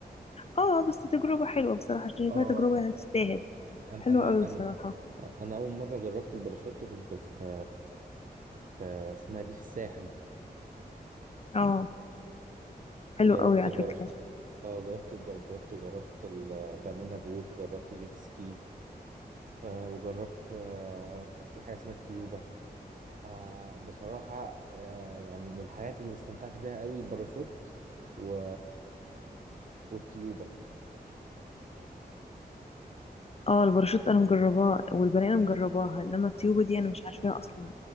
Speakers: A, on the left; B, on the right.
A: اه بس تجربة حلوة بصراحة شايفاها
B: اه
A: تجربة يعني تستاهل
B: انا
A: حلوة
B: انا
A: أوي بصراحة
B: انا انا اول مره جربت الباراشوت كنت في في اسمها دي في الساحل
A: اه حلو
B: جربت
A: قوي على
B: الباراشوت
A: فكرة
B: اه جربت الباراشوت وجربت البنانا بوت وجربت جيت سكي آه وجربت آه في حاجه اسمها التيوبه آه بصراحه آه يعني من الحاجات اللي استمتعت بيها قوي الباراشوت و والتيوبه
A: اه الباراشوت انا مجرباه والبنانه مجرباها انما الطيوبه دي انا مش عارفاها اصلا